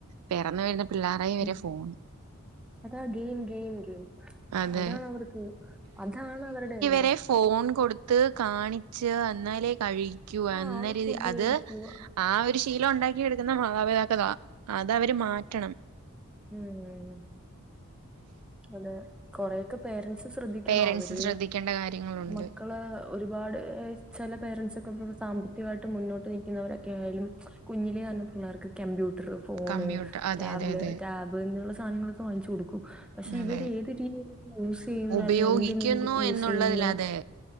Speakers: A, on the right; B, in the centre.
A: പിറന്നു വരുന്ന പിള്ളേറെ കയ്യിവരെ
B: ഉം.
A: ഫോണ്
B: അതാ ഗെയിം ഗെയിം ഗെയിം
A: അതെ
B: അതാണ് അവർക്ക് അതാണ് അവരുടെ എല്ലാം
A: അതെ ഫോൺ കൊടുത്ത് കാണിച്ച് അന്നാലേ കഴി ക്കു
B: ആ
A: എന്ന
B: അവര്
A: രീതി
B: ഫുഡ്
A: അത്
B: കഴിക്കുക
A: ആ ഒരുശ് ശീലം ഉണ്ടാക്കി എടുക്കുന്ന മാതാപിതാക്കത അതവര് മാറ്റണം
B: ഉം അതെ കൊറയൊക്കെ പേരന്റ്സ് ശ്രദ്ധിക്കണം
A: പേരൻറ്സ്
B: അവര്
A: ശ്രദ്ധിക്കേണ്ട കാര്യങ്ങളുണ്ട്
B: മക്കളേ ഒരുപാട് ചില പേരന്റ്സ്ക്കെ ഇ സാമ്പത്തികമായിട്ട് മുന്നോട്ട് നിൽക്കുന്നവരൊക്കെ ആയാലും കുഞ്ഞിലേ തന്നെ പിള്ളേർക്ക് കമ്പ്യൂ എറ് ഫോണ്
A: കമ്പ്യൂട്ടർ അതെ
B: ടാബ്
A: അതെ
B: ലെ
A: അതെ
B: റ്റാബ് എന്നുള്ള സാധനങ്ങളൊക്കെ വാങ്ങിച്ചു കൊടുക്കും പക്ഷെ
A: അതെ
B: ഇവര് ഏത് രീതിയിൽ യൂസ് ചെയ്യുന്ന്
A: ഉപയോഗിക്കുന്നു
B: അല്ല എന്തിന് യൂസ്
A: എന്നുള്ളതിൽ
B: യ്യുന്നു
A: അതെ